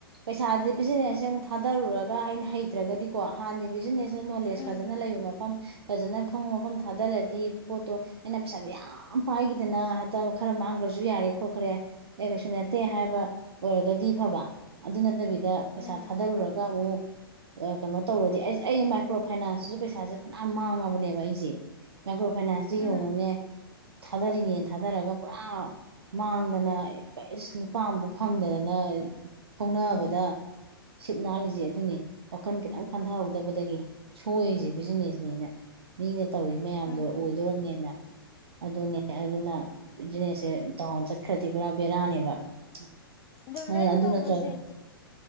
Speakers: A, on the right (about 80°); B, on the left (about 30°).
A: ꯄꯩꯁꯥꯥꯁꯦ ꯕꯤꯖꯤꯅꯦꯁꯁꯦ ꯑꯃꯨꯛ ꯊꯥꯗꯔꯨꯔꯒ ꯑꯩꯅ ꯍꯩꯇ꯭ꯔꯒꯗꯤꯀꯣ ꯍꯥꯟꯅ ꯕꯤꯖꯤꯅꯦꯁ ꯁꯤ ꯅꯣꯂꯦꯖ
B: ꯎꯝ
A: ꯐꯖꯅ ꯂꯩꯕ ꯃꯐꯝ ꯐꯖꯅ ꯈꯪꯕ ꯃꯐꯝ ꯊꯥꯗꯔꯗꯤ ꯄꯣꯠꯇꯣ ꯑꯩꯅ ꯄꯩꯁꯥꯁꯦ ꯌꯥꯝ ꯄꯥꯏꯒꯤꯗꯅ ꯍꯥꯏꯇꯥ ꯈꯔ ꯃꯥꯡꯈ꯭ꯔꯁꯨ ꯌꯥꯔꯦ ꯈꯣꯠꯈ꯭ꯔꯦ ꯑꯦ ꯀꯩꯁꯨ ꯅꯠꯇꯦ ꯍꯥꯏꯕ ꯑꯣꯏꯔꯒꯗꯤ ꯐꯕ ꯑꯗꯨ ꯅꯠꯇꯕꯤꯗ ꯄꯩꯁꯥ
B: ꯎꯝ
A: ꯊꯥꯗꯔꯨꯔꯒ ꯑꯃꯨꯛ ꯑ ꯀꯩꯅꯣ ꯇꯧꯔꯗꯤ ꯑꯃꯨꯛ ꯑꯁ ꯑꯩ ꯃꯥꯏꯀ꯭ꯔꯣ ꯐꯥꯏꯅꯥꯟꯁꯇꯁꯨ ꯄꯩꯁꯥꯁꯦ ꯐꯅ ꯃꯥꯡꯉꯕꯅꯦꯕ ꯑꯩꯁꯦ ꯃꯥꯏꯀ꯭ꯔꯣ ꯐꯥꯏꯅꯥꯟꯁꯇ
B: ꯎꯝ
A: ꯌꯦꯡꯉꯨꯅꯦ ꯊꯥꯗꯔꯤꯅꯦꯅ ꯊꯥꯗꯔꯒ ꯄꯨꯔꯥ ꯃꯥꯡꯗꯅ ꯀꯩꯁ ꯂꯨꯄꯥ ꯑꯝꯕꯧ ꯐꯪꯗꯗꯅ ꯊꯧꯅꯅꯕꯗ ꯁꯤꯠ ꯅꯥꯜꯂꯤꯁꯦ ꯑꯗꯨꯅꯦ ꯋꯥꯈꯟ ꯈꯤꯇꯪ ꯈꯟꯊꯍꯧꯗꯕꯗꯒꯤ ꯁꯣꯏꯔꯤꯁꯦ ꯕꯤꯖꯤꯅꯦꯁꯅꯦꯅ ꯃꯤꯅ ꯇꯧꯋꯤ ꯃꯌꯥꯝꯗꯣ
B: ꯎꯝ
A: ꯑꯣꯏꯗꯣꯔꯝꯅꯦꯅ ꯑꯗꯨꯅꯦ ꯑꯗꯨꯅ ꯕꯤꯖꯤꯅꯦꯁꯁꯦ ꯗꯥꯎꯟ ꯆꯠꯈ꯭ꯔꯗꯤ ꯄꯨꯔꯥ ꯕꯦꯔꯥꯅꯦꯕ <unintelligible>
B: ꯗꯨ ꯔꯦꯟ
A: ꯑꯗꯨ
B: ꯇꯧꯕꯁꯦ
A: ꯅꯠꯇ꯭ꯔꯒ
B: ꯗ